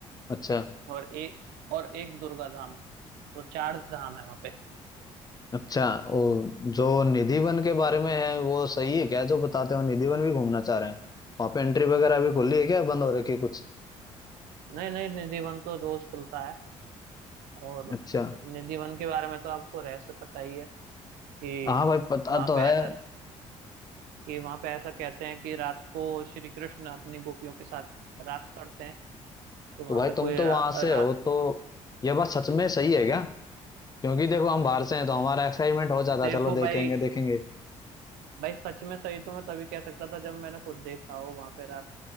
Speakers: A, on the left; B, on the right.
A: अच्छा
B: और एक और एक दुर्गा धाम तो चार धाम है वहाँ पे
A: अच्छा ओ जो निधिवन के बारे में है वो सही है क्या जो बताते हो निधिवन भी घूमना चाह रहे हैं वहां पे एंट्री वगैरह अभी खुली है क्या बंद हो रखी है कुछ
B: नहीं नहीं निधिवन तो रोज खुलता है और
A: अच्छा
B: निधि वन के बारे में तो आपको रहस्य पता ही है कि
A: हाँ भाई पता
B: वहां
A: तो
B: पे
A: है
B: ऐसा कि वहां पे ऐसा कहते हैं कि रात को श्री कृष्ण अपनी गोपियों के साथ रास करते हैं तो वहां
A: तो भाई
B: पे कोई
A: तुम तो
B: रा,
A: वहां से
B: रात
A: हो तो यह बात सच में सही है क्या
B: हाँ।
A: क्योंकि देखो हम बाहर से हैं तो हमारा एक्साइटमेंट हो जाता है
B: देखो
A: चलो
B: भाई
A: देखेंगे देखेंगे
B: भाई सच में सही तो मैं तभी कह सकता था जब मैंने खुद देखा हो वहां पे रास